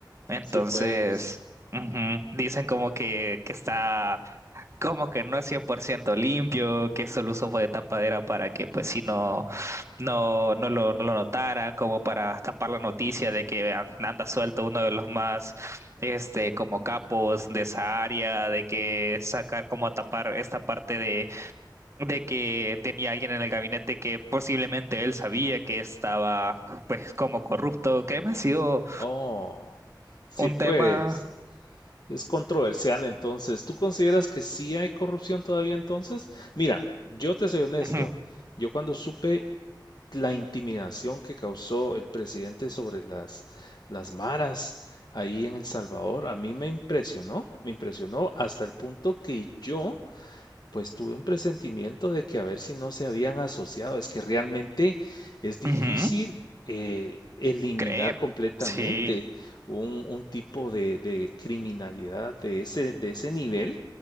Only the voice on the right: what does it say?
Entonces,
ujú, dicen como que, que está como que no es 100% limpio, que solo usó fue de tapadera para que pues si no no, no lo, no lo notaran, como para tapar la noticia de que an- anda suelto uno de los más, este, como capos de esa área, de que sacar como a tapar esta parte de, de que tenía alguien en el gabinete que posiblemente él sabía que estaba, pues, como corrupto, que me ha sido
un
tema,
ujú,
ujú,
creer,
sí,